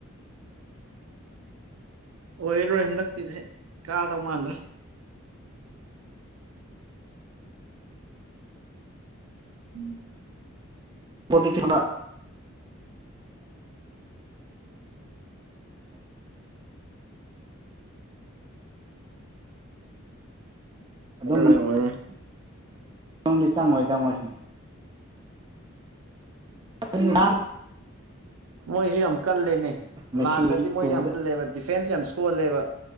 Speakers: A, on the right; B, on the right.
A: ꯑꯣꯏꯔꯣꯏ ꯍꯟꯗꯛꯀꯤꯗꯤ ꯀꯥꯗꯧ ꯃꯥꯟꯗ꯭ꯔꯦ <inaudible>
B: ꯄꯣꯠꯇꯤ ꯊꯨꯅ ꯑꯗꯨꯝ
A: ꯑꯣꯏꯔꯣꯏ ꯑꯣꯏꯔꯣꯏ
B: ꯆꯪꯗꯤ ꯆꯪꯉꯣꯏꯗꯥ ꯃꯣꯏ ꯁꯨ <inaudible>
A: ꯃꯣꯏꯁꯨ ꯌꯥꯝ ꯀꯜꯂꯦꯅꯦ
B: ꯃꯦꯁꯤ
A: ꯂꯥꯛꯈ꯭ꯔꯗꯤ ꯃꯣꯏ
B: ꯎꯕꯗ
A: ꯌꯥꯝ ꯀꯜꯂꯦꯕ ꯗꯤꯐꯦꯟꯁ ꯌꯥꯝ ꯁꫭ ꯁꯣꯜꯂꯦꯕ